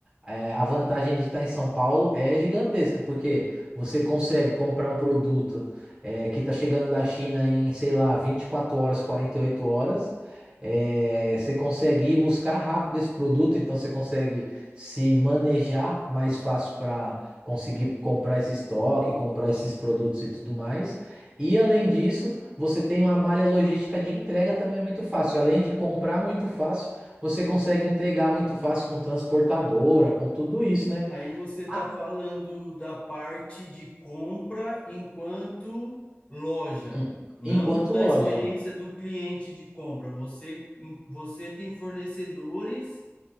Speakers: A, on the right (about 25°); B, on the left (about 25°).
A: é, a vantagem de estar em São Paulo é gigantesca, porque você consegue comprar um produto é, que está chegando da China em, sei lá, 24 horas, 48 horas. É, você consegue ir buscar rápido esse produto, então você consegue se manejar mais fácil para conseguir comprar esse estoque, comprar esses produtos e tudo mais. E além disso, você tem uma malha logística de entrega também muito fácil. Além de comprar muito fácil, você consegue entregar muito fácil com transportadora, com tudo isso, né?
B: Aí você está
A: Ah,
B: falando da parte de compra enquanto loja,
A: hum,
B: não
A: Enquanto
B: da
A: loja.
B: experiência do cliente de compra. Você, você tem fornecedores